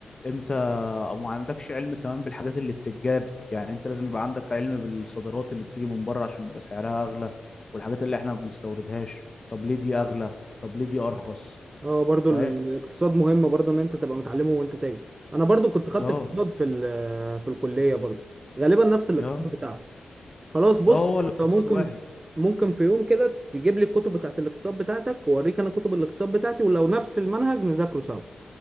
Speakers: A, on the left (about 25°); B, on the right (about 25°).
A: امتى وما عندكش علم كمان بالحاجات اللي بتتجاب يعني انت لازم يبقى عندك علم بالصادرات اللي بتيجي من بره عشان بيبقى سعرها اغلى والحاجات اللي احنا ما بنستوردهاش طب ليه دي اغلى طب ليه دي ارخص
B: اه برضو
A: فاهم
B: الاقتصاد مهم برضو ان انت تبقى متعلمه وانت تاجر انا برضو كنت خدت
A: اه
B: اقتصاد في ال- في الكلية برضو غالبا نفس الاقتصاد
A: اه
B: بتاعكم خلاص بص
A: اه هو
B: انت
A: الاقتصاد
B: ممكن
A: واحد
B: ممكن في يوم كده تجيب لي الكتب بتاعت الاقتصاد بتاعتك واوريك انا كتب الاقتصاد بتاعتي ولو نفس المنهج نذاكره سوا